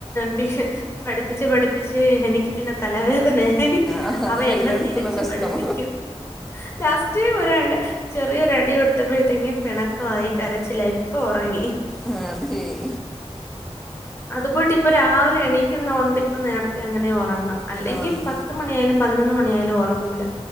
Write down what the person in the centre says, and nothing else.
ആഹ് അത്
എല്ലായിടത്തുള്ള
പ്രശ്നം
ആ അത്ശരി.
ആഹ്